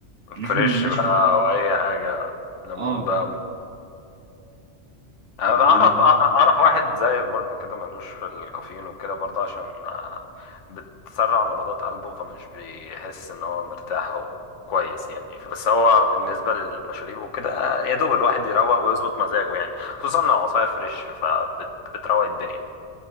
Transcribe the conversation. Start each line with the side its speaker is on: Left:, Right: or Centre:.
Right: ان
Left: فريش
Right: احنا ملناش
Left: بقى
Right: في
Left: او اي حاجة ليمون
Right: اه
Left: بقى موز. انا
Right: اللي
Left: اعرف
Right: هو
Left: اعرف واحد زيك برضو كده ملوش في الكافيين وكده برضو عشان آه، بتسرع نبضات قلبه فمش بيحس ان هو مرتاح وكويس يعني بس هو بالنسبه للمشاريب وكده آه، يا دوب الواحد يروق ويظبط مزاجه يعني خصوصا لو عصاير فريش فبتروق الدنيا